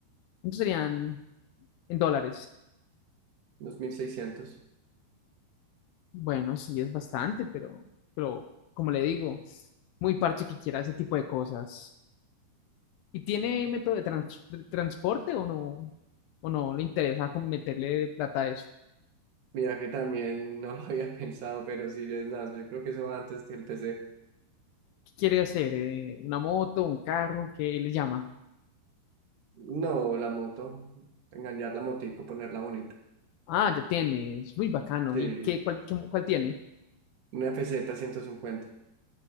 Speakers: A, on the left; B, on the right.
A: ¿Cuántos serían en dólares?
B: dos mil seiscientos
A: Bueno, sí, es bastante, pero, pero como le digo, muy parche que quiera ese tipo de cosas. ¿Y tiene método de, trans- de transporte o no? ¿O no le interesa con meterle plata a eso?
B: Mira que también no lo <laughs> había pensado, pero sí es nada, yo creo que eso va antes que el PC.
A: ¿Qué quiere hacer? Eh, ¿una moto, un carro? ¿Qué le llama?
B: No, la moto, engañar la motico, ponerla bonita.
A: Ah, ya tiene, es muy bacano.
B: Sí,
A: ¿Y qué, cuál, qué- cuál tiene?
B: una F Z ciento cincuenta